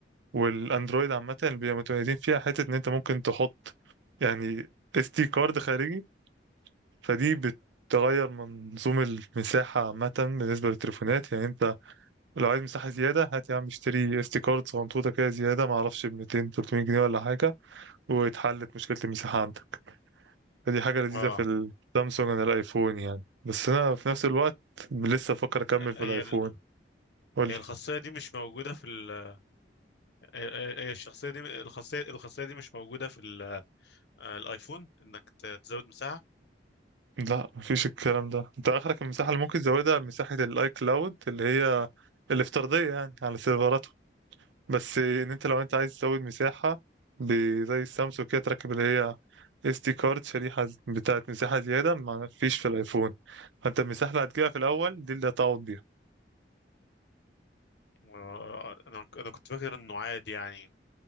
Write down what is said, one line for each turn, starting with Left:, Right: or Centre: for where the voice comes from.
Right: والاندرويد عامه بيبقى متميزين فيها حته ان انت ممكن تحط يعني اس دي كارد خارجي فدي بتغير منظوم المساحه عامه بالنسبه للتليفونات يعني انت لو عايز مساحه زياده هات يا عم اشتري اس دي كارد صغنطوطه كده زياده ما اعرفش ب 200 300 جنيه ولا حاجه واتحلت مشكله المساحه عندك فدي حاجه لذيذه
Left: اه
Right: في السامسونج عن الايفون يعني بس انا في نفس الوقت لسه بفكر اكمل في
Left: هي
Right: الايفون
Left: ال-
Right: قول
Left: هي
Right: لي
Left: الخاصية دي مش موجودة في ال هي هي الشخصية دي الخاصية الخاصية دي مش موجودة في ال- آه، الايفون انك ت- تزود مساحة
Right: لا مفيش الكلام ده انت اخرك المساحه اللي ممكن تزودها مساحه الاي كلاود اللي هي الافتراضيه يعني على سيرفراته بس ان انت لو انت عايز تزود مساحه ب-
Left: مم.
Right: زي السامسونج كده تركب اللي هي اس دي كارد شريحه بتاعت مساحه زياده ما فيش في الايفون فانت المساحه اللي هتجيبها في الاول دي اللي هتقعد بيها
Left: آه، انا انا كنت فاكر انه عادي يعني